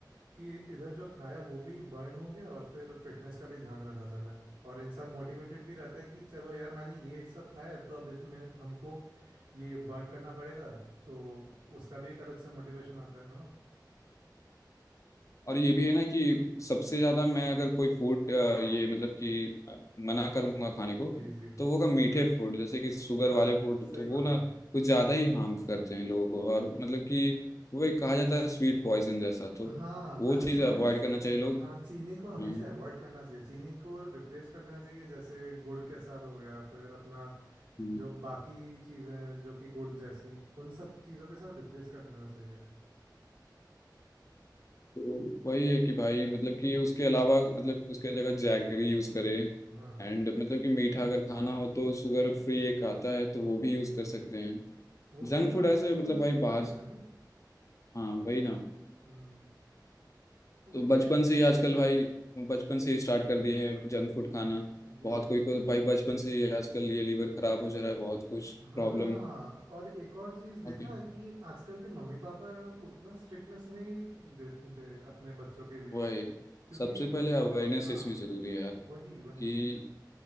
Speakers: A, on the right; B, on the left.
A: कि इधर जो खाया वो भी बर्न हो गया और फिर फिटनेस का भी ध्यान रखा जा रहा है और इंसान मोटिवेटेड भी रहता है कि चलो यार मैंने ये सब खाया तो अब इसमें हमको ये बर्न करना पड़ेगा तो उसका भी एक अलग से मोटिवेशन आता है है ना
B: और ये भी है ना कि सबसे ज्यादा मैं अगर कोई फूड ये मतलब कि अ, मना करूंगा खाने को
A: जी जी
B: तो वो होगा मीठे फूड जैसे कि शुगर
A: हाँ
B: वाले फूड
A: सही
B: तो वो
A: बात
B: ना
A: है
B: कुछ ज्यादा ही हार्म करते हैं लोगों को और मतलब कि वो एक कहा जाता है स्वीट पॉइजन जैसा तो
A: हाँ मैंने
B: वो चीज़
A: सुना
B: अवॉइड
A: है श-
B: करना चाहिए लोग
A: हाँ चीनी को हमेशा
B: हाँ
A: अवॉइड करना चाहिए चीनी को रिप्लेस कर देना चाहिए जैसे गुड़ के साथ हो गया फिर अपना
B: हम्म।
A: जो बाकी चीज़ें जो कि गुड़ जैसी उन सब चीज़ों के साथ रिप्लेस कर देना चाहिए
B: तो वही है कि भाई मतलब कि उसके अलावा मतलब उसके जगह जैगरी यूज़ करें
A: हाँ हाँ
B: एंड मतलब कि मीठा अगर खाना हो तो शुगर फ्री एक आता है तो वो भी यूज़ कर सकते हैं
A: वो
B: जंक
A: तो फिर
B: फूड
A: आर्टिफिशियल
B: ऐसे मतलब भाई
A: स्वीटनर
B: बाहर
A: हो गया नहीं
B: हाँ वही ना
A: हम्म तो वही
B: तो बचपन
A: है
B: से ही आजकल भाई बचपन से ही स्टार्ट कर दिए हैं जंक फूड खाना
A: जी
B: बहुत
A: जी
B: कोई को तो भाई बचपन से ही आजकल ये लीवर खराब हो जा रहा है बहुत कुछ
A: हाँ
B: प्रॉब्लम
A: और एक और चीज़ देखा
B: ओके
A: कि आजकल के मम्मी पापा उतना स्ट्रिक्टनेस नहीं देते अपने बच्चों के लिए
B: वही
A: क्योंकि
B: सबसे पहले अवेयरनेस
A: हाँ
B: इसमें जरूरी है यार
A: वही वही
B: कि